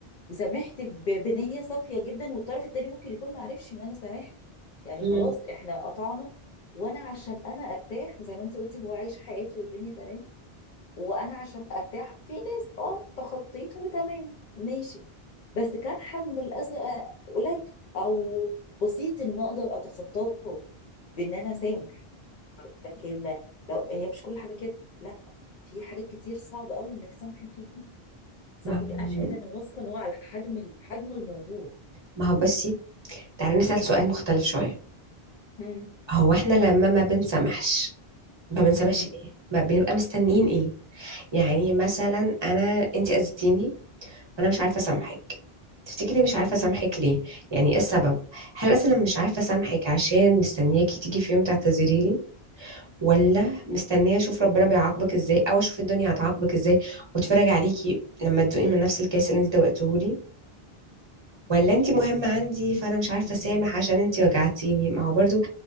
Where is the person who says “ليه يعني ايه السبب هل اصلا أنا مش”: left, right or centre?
Right